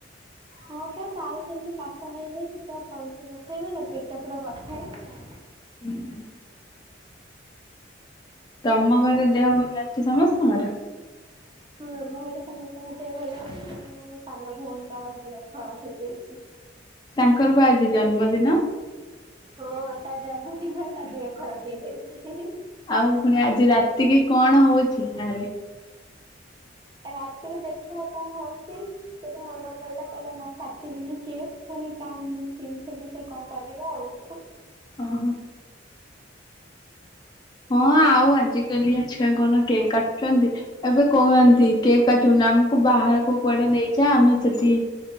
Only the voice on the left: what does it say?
ହୁଁଁ। ତମ ଘରେ ଦେହ ଭଲ ଅଛି ସମସ୍ତଙ୍କର?
ତାଙ୍କର ବା ଆଜି ଜନ୍ମଦିନ।
ଆଉ ପୁଣି ଆଜି ରାତିକି କଣ ହଉଛି ତାହେଲେ।
ଓଁ ହ। ହଁ ଆଉ ଆଜ କାଲିଆ ଛୁଆ କଣ କେକ୍ କାଟୁଛନ୍ତି। ଏବେ କହୁନାହାନ୍ତି କେକ୍ କାଟିବନାମ ବାହାରକୁ କୁଆଡେ ନେଇଯା ଆମେ ସେଠି